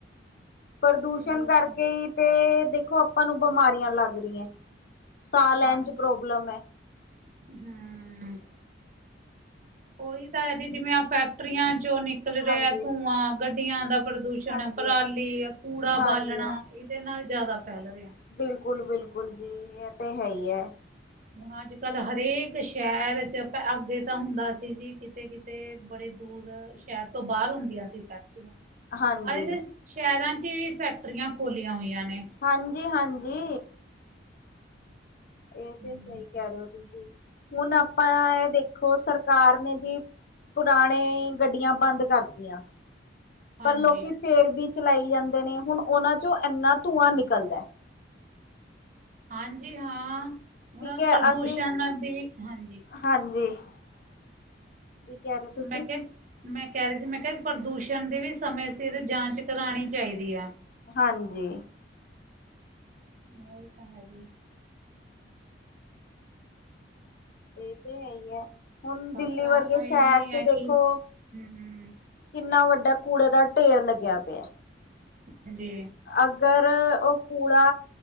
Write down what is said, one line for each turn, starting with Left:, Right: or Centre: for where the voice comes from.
Left: ਪ੍ਰਦੂਸ਼ਣ
Right: ਉਹੀ
Left: ਕਰਕੇ
Right: ਤਾਂ
Left: ਹੀ, ਤੇ ਦੇਖੋ ਆਪਾਂ ਨੂੰ ਬਿਮਾਰੀਆਂ ਲੱਗ ਰਹੀਆਂ। ਸਾਹ ਲੈਣ
Right: ਹਾਂ
Left: 'ਚ ਪ੍ਰੋਬਲਮ ਐ।
Right: <unintelligible> ਉਹੀ ਤਾਂ ਹੈ ਜੀ, ਜਿਵੇਂ ਫੈਕਟਰੀਆਂ ਚੋਂ ਨਿ ਨਿਕਲ
Left: ਹਾਂਜੀ
Right: ਰਿਹਾ ਧੂੰਆਂ ਗੱਡੀਆਂ ਦਾ ਪ੍ਰਦੂਸ਼ਣ,
Left: ਹਾਂਜੀ
Right: ਪਰਾਲੀ, ਕੂੜਾ
Left: ਹਾਂਜੀ
Right: ਬਾਲਣਾ ਇਹ ਤੇ ਨਾਲ ਜ਼ਿਆਦਾ ਫੈਲ ਰਿਹਾ।
Left: ਬਿਲਕੁਲ ਬਿਲਕੁਲ ਜੀ ਇਹ ਤੇ ਹੈ ਹੀ ਐ।
Right: ਹੁਣ ਅੱਜ ਕੱਲ ਹਰੇਕ ਸ਼ਹਿਰ ਚ ਅੱਗੇ ਤਾਂ ਹੁੰਦਾ ਸੀ ਜੀ ਕਿਤੇ ਕਿਤੇ ਬੜੇ ਦੂਰ ਸ਼ਹਿਰ ਤੋਂ ਬਾਹਰ ਹੁੰਦੀਆਂ ਸੀ ਫੈਕਟਰੀਆਂ
Left: ਹਾਂਜੀ
Right: ਅੱਜ ਸ਼ਹਿਰਾਂ ਚ ਵੀ ਫੈਕਟਰੀਆਂ ਖੋਲੀਆਂ ਹੋਈਆਂ ਨੇ
Left: ਹਾਂਜੀ-ਹਾਂਜੀ ਇਹ
Right: ਹਮ
Left: ਤੇ ਸਹੀ ਕਹਿ ਰਹੇ ਹੋ ਤੁਸੀਂ ਹੁਣ ਆਪਾਂ ਇਹ ਦੇਖੋ ਸਰਕਾਰ ਨੇ ਜੀ। ਪੁਰਾਣੇ ਗੱਡੀਆਂ ਬੰਦ ਕਰਤੀਆਂ।
Right: ਹਾਂਜੀ
Left: ਪਰ ਲੋਕੀ ਫਿਰ ਵੀ ਚਲਾਈ ਜਾਂਦੇ ਨੇ ਹੁਣ ਉਹਨਾ ਚੋ ਇੰਨਾ ਧੂਆਂ ਨਿਕਲਦਾ।
Right: ਹਾਂਜੀ ਹਾਂ ਹੁਣ
Left: ਠੀਕ ਹੈ
Right: ਪ੍ਰਦੂਸ਼ਣ
Left: ਅਸੀਂ
Right: ਦੀ ਹਾਂਜੀ।
Left: ਹਾਂਜੀ ਕੀ ਕਹਿ ਰਹੇ ਓ ਤੁਸੀਂ?
Right: ਮੈਂ ਕਿਹਾ ਮੈਂ ਕਹਿ ਰਹੀ ਸੀ ਮੈਂ ਕਿਹਾ ਪ੍ਰਦੂਸ਼ਣ ਦੀ ਵੀ ਸਮੇਂ ਸਿਰ ਜਾਂਚ ਕਰਾਉਣੀ ਚਾਹੀਦੀ ਐ।
Left: ਹਾਂਜੀ
Right: ਇਹ ਤਾਂ ਹੈ ਜੀ।
Left: ਇਹ ਤੇ ਹੈ ਹੀ ਹੈ ਹੁਣ
Right: ਬਸ
Left: ਦਿੱਲੀ
Right: ਇਹੀ
Left: ਵਰਗੇ ਸ਼ਹਿਰ
Right: ਹੈ
Left: ਚ ਦੇਖੋ
Right: ਕਿ ਹਮ
Left: ਕਿੰਨਾ ਵੱਡਾ ਕੂੜੇ ਦਾ ਢੇਰ ਲੱਗਿਆ ਪਿਆ।
Right: ਹਾਂਜੀ
Left: ਅਗਰ ਉਹ ਕੂੜਾ